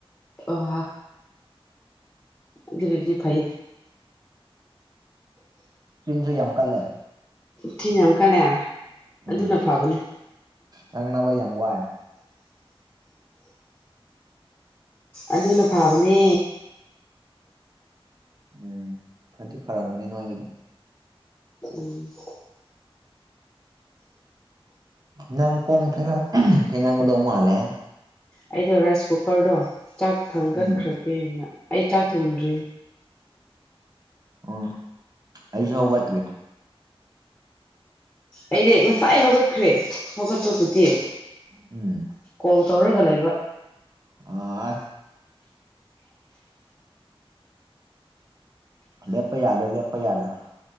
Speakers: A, on the left; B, on the right.
A: ꯑꯣ ꯑꯗꯨꯒꯤꯗꯤ ꯐꯩ
B: ꯆꯤꯟꯁꯨ ꯌꯥꯝ ꯀꯜꯂꯦ
A: ꯆꯤꯟ ꯌꯥꯝ ꯀꯜꯂꯦ ꯑꯗꯨꯅ
B: ꯎꯝ
A: ꯐꯕꯅꯦ
B: ꯅꯪ ꯅꯕ ꯌꯥꯝ ꯋꯥꯏ
A: ꯑꯗꯨꯅ ꯐꯥꯕꯅꯦ
B: ꯎꯝ ꯐꯗꯤ ꯐꯔꯝꯒꯅꯤ ꯅꯉꯥꯏꯒꯤꯗ
A: ꯎꯝ
B: ꯅꯪ ꯀꯣꯡ ꯐꯦꯡꯉꯝ ꯐꯦꯡꯉꯝꯒꯗꯧ ꯃꯥꯝꯂꯦ
A: ꯑꯩꯗꯣ ꯔꯥꯏꯁ ꯀꯨꯀꯔꯗꯣ ꯆꯥꯛ ꯊꯥꯡꯒꯠꯈ꯭ꯔꯒꯦꯅ
B: ꯎꯝ
A: ꯑꯩ ꯆꯥꯛ ꯊꯣꯡꯗ꯭ꯔꯤ
B: ꯎꯝ ꯑꯩꯁꯨ ꯍꯧꯒꯠꯇ꯭ꯔꯤ
A: ꯑꯩꯗꯤ ꯉꯁꯥꯏ ꯍꯧꯒꯠꯈ꯭ꯔꯦ ꯍꯧꯒꯠꯄꯕꯨꯗꯤ
B: ꯎꯝ
A: ꯀꯣꯜ ꯇꯧꯔꯒ ꯂꯩꯕ
B: <unintelligible> ꯂꯦꯞꯄ ꯌꯥꯗꯦ ꯂꯦꯞꯄ ꯌꯥꯗꯦ